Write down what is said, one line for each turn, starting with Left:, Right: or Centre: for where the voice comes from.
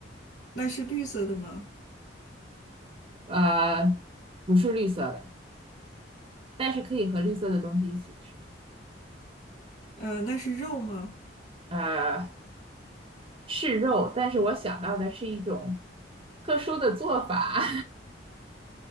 Left: 那是绿色的吗？
Right: 呃，不是绿色的，但是可以和绿色的东西一起吃，
Left: 呃，那是肉吗？
Right: 呃，是肉，但是我想到的是一种特殊的做法，